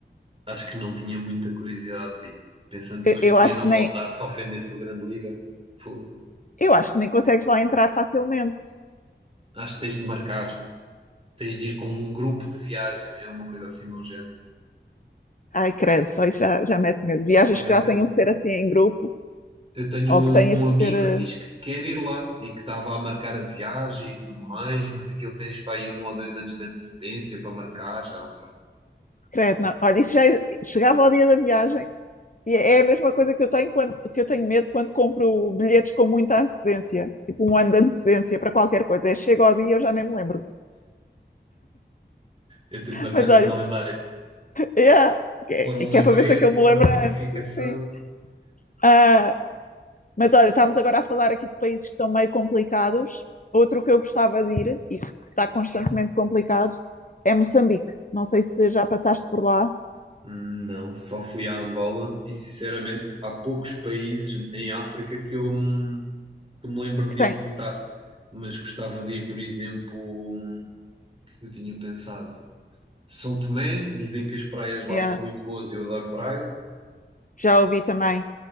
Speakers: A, on the right; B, on the left.
A: acho que não tinha muita curiosidade de ir. Pensando que
B: eu,
A: depois
B: eu
A: podia
B: acho
A: não
B: que
A: voltar
B: nem.
A: se ofendesse o grande líder. Fogo.
B: Eu acho que nem consegues lá entrar facilmente.
A: Acho que tens de marcar, tens de ir com um grupo de viagem, é uma coisa assim de um género.
B: Ai, credo, só isso já, já mete medo. Viagens
A: Eu,
B: que já tenham que ser assim em grupo,
A: eu tenho
B: ou
A: um,
B: que tenhas
A: um
B: que
A: amigo
B: ter. eh,
A: que diz que quer ir lá e que estava a marcar a viagem e tudo mais, mas aquilo tens para aí um ou dois anos de antecedência para marcar, já não sei.
B: Credo, não.
A: coisa
B: Olha,
A: assim.
B: isso já é, chegava ao dia da viagem E é a mesma coisa que eu tenho quando, que eu tenho medo quando compro bilhetes com muita antecedência, tipo um ano de antecedência para qualquer coisa. É chega ao dia e eu já nem me lembro.
A: Eu tenho de marcar
B: Mas
A: no
B: olha,
A: calendário.
B: yeah, que,
A: Pôr um
B: é, que
A: lembrete,
B: é para ver se aquilo me
A: pôr
B: lembra
A: a notificação.
B: antes. Sim. Ah, mas olha, estamos agora a falar aqui de países que estão meio complicados. Outro que eu gostava de ir e que está constantemente complicado é Moçambique. Não sei se já passaste por lá,
A: Não, só fui à Angola e sinceramente há poucos países em África que eu me- que me lembro
B: que
A: de
B: tem.
A: ir visitar, mas gostava de ir, por exemplo, hum, o que é que eu tinha pensado? São Tomé, dizem que as praias lá
B: Yeah,
A: são muito boas e eu adoro praia.
B: já ouvi também.